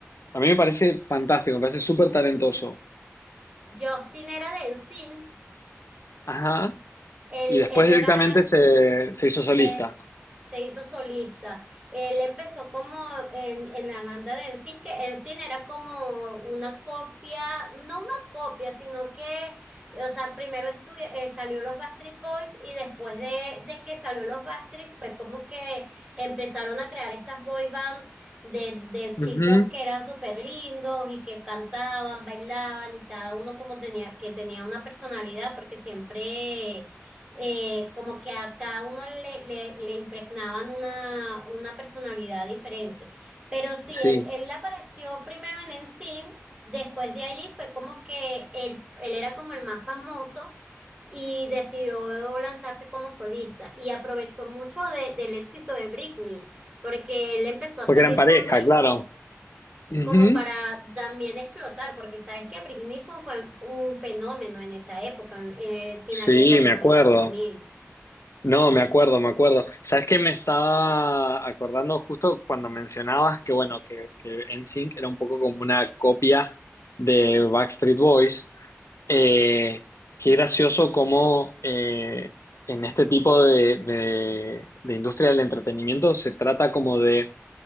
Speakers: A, on the left; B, on the right.
A: A mí me parece fantástico, me parece súper talentoso.
B: Justin era de NSYNC,
A: Ajá.
B: él,
A: Y después
B: él era
A: directamente se, se hizo
B: se,
A: solista.
B: se hizo solista. Él empezó como en, en la banda de Ensign, que Ensign era como una copia, no una copia, sino que, o sea, primero estudia- eh, salió los Backstreet Boys y después de, de que salió los Backstreet fue como que empezaron a crear estas boy bands de, de chicos
A: Ujú,
B: que eran súper lindos y que cantaban, bailaban y cada uno como tenía, que tenía una personalidad porque siempre eh, como que a cada uno le, le, le impregnaban una, una personalidad diferente. Pero sí,
A: Sí.
B: él, él apareció primero en Ensign, después de allí fue como que él, él era como el más famoso y decidió lanzarse como solista y aprovechó mucho de- del éxito de Britney, porque él empezó a
A: Porque
B: salir
A: eran pareja,
B: con Britney.
A: claro. Ujú,
B: como para también explotar, porque sabes que Britney fue un, fe- un fenómeno en esa época, en, eh, finales
A: Sí,
B: de los noventa,
A: me acuerdo.
B: dos mil
A: No, me acuerdo, me acuerdo. ¿Sabes qué? Me estaba acordando justo cuando mencionabas que, bueno, que, que NSYNC era un poco como una copia de Backstreet Boys. Eh, qué gracioso cómo eh, en este tipo de, de- de industria del entretenimiento se trata como de,